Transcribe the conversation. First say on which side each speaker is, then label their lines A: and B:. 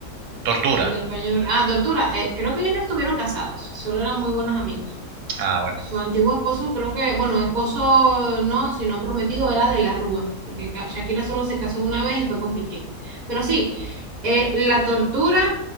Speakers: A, on the right (about 85°); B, on the right (about 30°).
A: Tortura.
B: El español. Ah, Tortura, eh, creo que ellos no estuvieron casados, solo eran muy buenos amigos.
A: Ah, bueno,
B: Su antiguo esposo, creo que, bueno, esposo no, sino prometido era de la Rúa, porque ca- Shakira solo se casó una vez y fue con Piqué. Pero sí, eh, la tortura,